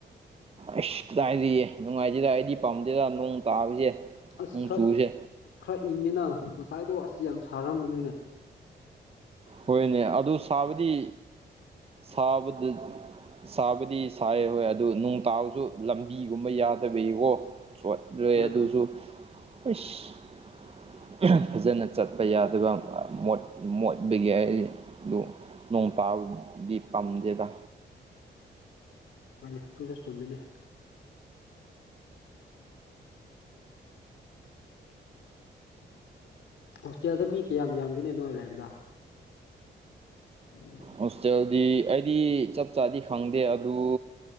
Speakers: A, on the right (about 30°); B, on the left (about 85°).
A: ꯑꯁ ꯀꯗꯥꯏꯗꯤꯌꯦ ꯅꯨꯡꯉꯥꯏꯇꯦꯗ ꯑꯩꯗꯤ ꯄꯥꯝꯗꯦꯗ ꯅꯣꯡ ꯇꯥꯕꯁꯦ
B: ꯑꯁ
A: ꯅꯣꯡ
B: ꯈꯔ
A: ꯆꯨꯁꯦ
B: ꯈꯔ ꯏꯪꯉꯦꯅ ꯉꯁꯥꯏꯗꯣ ꯑꯁ ꯌꯥꯝ ꯁꯥꯔꯝꯕꯅꯤꯅꯦ
A: ꯍꯣꯏꯅꯦ ꯑꯗꯨ ꯁꯥꯕꯗꯤ ꯁꯥꯕꯗ ꯁꯥꯕꯗꯤ ꯁꯥꯏꯌꯦ ꯍꯣꯏ ꯑꯗꯨ ꯅꯣꯡ ꯇꯥꯕꯁꯨ ꯂꯝꯕꯤꯒꯨꯝꯕ ꯌꯥꯗꯕꯒꯤꯀꯣ ꯁꯣꯠ ꯔꯦ
B: ꯍꯣꯏ
A: ꯑꯗꯨꯁꯨ ꯏꯁ ꯐꯖꯅ ꯆꯠꯄ ꯌꯥꯗꯕ ꯃꯣꯠ ꯃꯣꯠ ꯑꯗꯨꯒꯤ ꯑꯩ ꯑꯗꯨ ꯅꯣꯡ ꯇꯥꯕꯗꯨꯗꯤ ꯄꯥꯝꯗꯦꯗ
B: ꯍꯣꯏꯅꯦ ꯑꯗꯨꯁꯨ ꯆꯨꯝꯃꯤꯅꯦ ꯍꯣꯁꯇꯦꯜꯗ ꯃꯤ ꯀꯌꯥꯝ ꯌꯥꯝꯒꯦꯅꯦ ꯅꯣꯏ ꯂꯩꯕꯗꯣ <unintelligible>
A: ꯍꯣꯁꯇꯦꯜꯗꯤ ꯑꯩꯗꯤ ꯆꯞ ꯆꯥꯗꯤ ꯈꯪꯗꯦ ꯑꯗꯨ